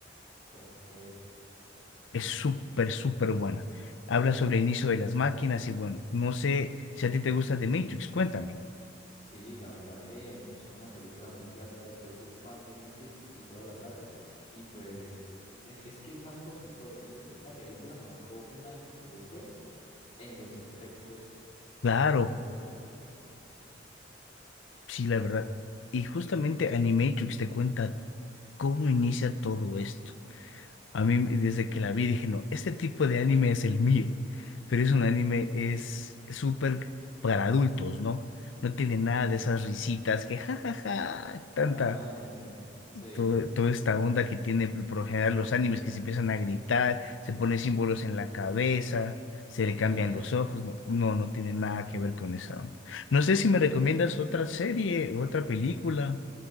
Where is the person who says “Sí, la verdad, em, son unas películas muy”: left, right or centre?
Left